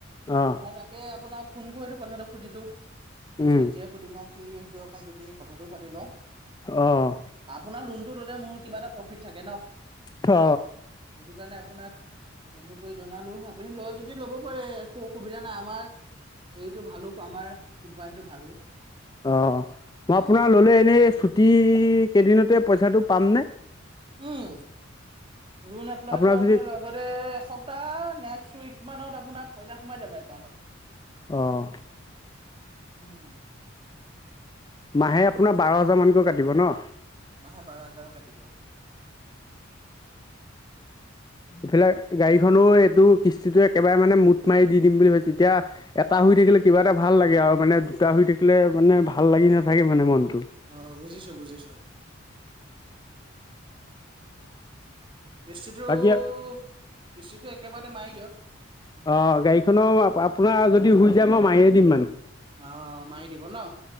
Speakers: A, on the left; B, on the right.
A: অ',
B: নহ তাকে আপোনাৰ- ফোন কৰিতো কথাটো সুধিলো। ভাবিছো
A: উম,
B: এতিয়াই সুধি লওঁ ফ্ৰী সিঅকন দুদিন। কথাটো পাতি লওঁ।
A: অ',
B: আপোনাৰ লোনটো ললে মোৰ কিবা এটা প্ৰফিট থাকে। -ন
A: অ।
B: সেইটো কাৰণে আপোনাক। ফোনটো কৰি জনালো। আপুনি লয় যদি লব পাৰে একো অসুবিধা নাই আমাৰ। হেৰিটো ভালো আমাৰ কোম্পানীটো ভালো।
A: অঁ। মই আপোনাৰ
B: অ
A: ল'লে এনেই ছুটী কেইদিনতে পইচাটো পামনে?
B: উম। লোন এপ্লাই
A: আপোনাৰ
B: কৰা
A: যদি
B: আপুনি লগতে এসপ্তাহ নেক্সট উইক মানত আপোনাক- পইচা সোমাই যাব। একাউণ্টত
A: অহ।
B: উম।
A: মাহে আপোনাৰ বাৰ হাজাৰমানকৈ কাটিব ন?
B: মাহে বাৰ হাজাৰ কাাটিব।
A: এইফালে গাড়ীখনো এইটো কিস্তিটো একেবাৰে মানে মোঠ মাৰি দি দিম বুলি ভাবিছ এতিয়া এটা হুই থাকিলে কিবা এটা ভাল লাগে আৰু মানে দুটা হুই থাকিলে মানে ভাল লাগি নাথাকে মানে মনটো।
B: অ, বুজিছো - বুজিছো। কিষ্টিটো-
A: বাকী
B: কিষ্টিটো একেবাৰতে মাৰি দিয়ক।
A: অ, গাড়ীখনৰ আপোনাৰ যদি শুই যায় মই মাৰিয়ে দিম মানে।
B: আহ, মাৰি দিব ন।